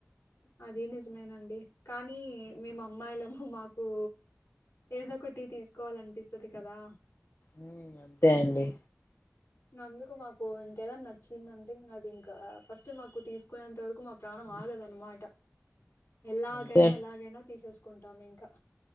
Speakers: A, on the left; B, on the left.
A: అదీ నిజమేనండి. కానీ మేము అమ్మాయిలము మాకు ఏదో ఒకటి తీసుకోవాలనిపిస్తుది. కదా
B: ఉమ్, అంతే అండి
A: ఇగ అందుకు మాకు ఇంకేదైనా నచ్చిందంటే ఇక అది ఇంకా ఫస్ట్ మాకు తీసుకునేంత వరకు మా ప్రాణం ఆగదన్నమాట. ఎలాగైనా,
B: అంతే
A: ఎలాగైనా తీసేస్ కొంటాం ఇంకా